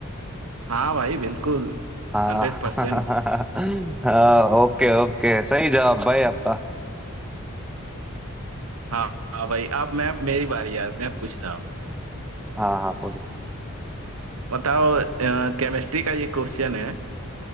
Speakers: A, on the right; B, in the centre.
A: हाँ भाई बिल्कुल
B: हाँ
A: Hundred percent
B: <laughs> ओके ओके सही जवाब भाई आपका
A: हाँ हाँ भाई अब मैं मेरी बारी यार मैं पूछता हूँ
B: हाँ हाँ बोलिए
A: बताओ केमिस्ट्री का ये क्वेश्चन है